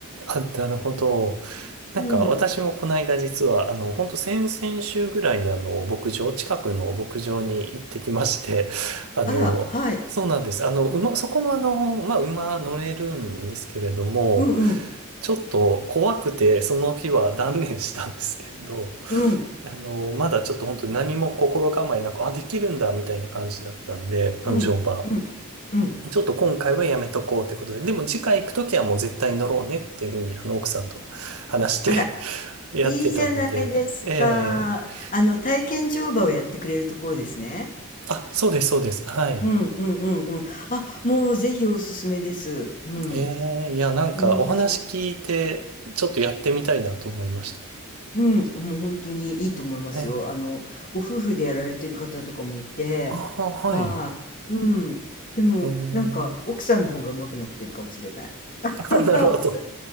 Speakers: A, on the right (about 85°); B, on the left (about 40°).
A: あ、なるほど。なんか私もこの間実は、
B: うん。
A: あの、本当先々週ぐらいにあの、牧場、近くの牧場に行ってきまして、<laughs> あの、
B: あら、はい。
A: そうなんです。あの、馬、そこもあの、まあ、馬乗れるんですけれども、
B: うんうん。
A: ちょっと怖くて、その日は断念したんですけれど、
B: うん。
A: あの、まだちょっと本当に何も心構えなく、あ、できるんだ、みたいな感じだったんで、
B: うん。
A: あの、乗馬。
B: うん。うん。
A: ちょっと今回はやめとこうってことで、でも次回行くときはもう絶対乗ろうねっていうふうに、あの、奥さんと話して
B: あら、
A: やってたので、
B: いいじゃないですか。
A: ええ
B: あの、体験乗馬をやってくれるところですね。
A: あ、そうです、そうです。はい。
B: うんうんうんうん。あ、もうぜひおすすめです。うん。
A: ええいや、なんかお話聞いて、
B: うん、はじめ
A: ちょっとやってみたいなと思いました。
B: うん、もう本当にいいと思いますよ。
A: ええ
B: あの、ご夫婦でやられてる方とかもいて、
A: あ、はい。
B: はい。うん。でも、
A: ええ
B: なんか、奥さんの方が上手くなってるかもしれない。<laughs>
A: <laughs> あ、なるほど。
B: 奥さん